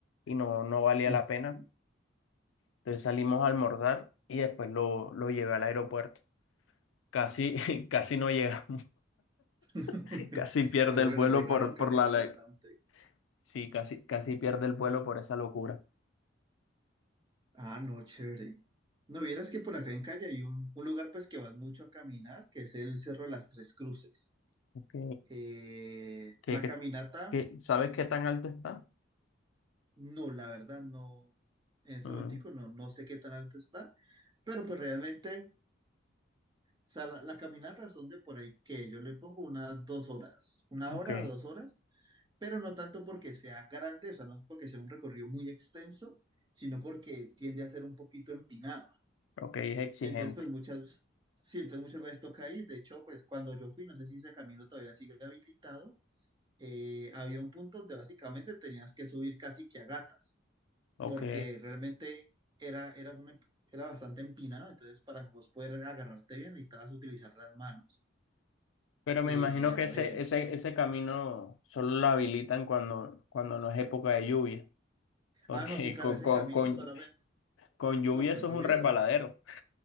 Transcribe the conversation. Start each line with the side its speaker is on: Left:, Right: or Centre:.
Left: y no, no valía la
Right: Ujú.
Left: pena. Entonces salimos a almorzar y después lo, lo llevé al aeropuerto. Casi, <laughs> casi no llegamos,
Right: <laughs>
Left: <laughs> casi pierde
Right: Pero
Left: el
Right: bueno,
Left: vuelo
Right: llegaron,
Left: por,
Right: que
Left: por
Right: es lo
Left: la
Right: importante.
Left: ley. Sí, casi, casi pierde el vuelo por esa locura.
Right: Ah, no, chévere. No vieras que por acá en Cali hay un, un lugar pues que vas mucho a caminar, que es el Cerro de las Tres Cruces.
Left: Ok.
Right: Eh,
Left: ¿Qué-
Right: la
Left: qué-
Right: caminata
Left: qué- sabes qué tan alto está?
Right: No, la verdad, no. En ese
Left: Mm,
Right: momentico no, no sé qué tan alto está, pero pues realmente, o sea, la- las caminatas son de por ahí que yo le pongo unas dos horas, una
Left: ok,
Right: hora o dos horas, pero no tanto porque sea grande, o sea, no porque sea un recorrido muy extenso, sino porque tiende a ser un poquito empinado.
Left: ok, es exigente.
Right: Entonces, pues muchas, sí, entonces muchas veces toca ir. De hecho, pues cuando yo fui, no sé si ese camino todavía sigue habilitado, eh, había un punto donde básicamente tenías que subir casi que a gatas.
Left: Ok.
Right: porque realmente era, era, una, era bastante empinada, entonces para vos poder agarrarte bien necesitabas utilizar las manos.
Left: Pero
Right: Eh,
Left: me imagino
Right: a
Left: que ese,
Right: ver,
Left: ese, ese camino solo lo habilitan cuando, cuando no es época de lluvia, <laughs> porque
Right: ah, no, sí, claro,
Left: con,
Right: ese
Left: con,
Right: camino
Left: con,
Right: solamente,
Left: con lluvia
Right: no, con
Left: eso
Right: lluvia,
Left: es un resbaladero.
Right: uf,